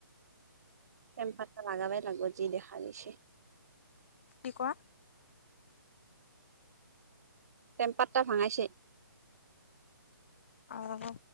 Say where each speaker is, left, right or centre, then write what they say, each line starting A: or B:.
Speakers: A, on the right (about 50°); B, on the left (about 35°).
A: টেম্পাৰটা লগাবাই লাগিব যি দেখা গৈছে
B: কি কোৱা।
A: টেমপাতটা ভাঙাইছে।
B: আৰু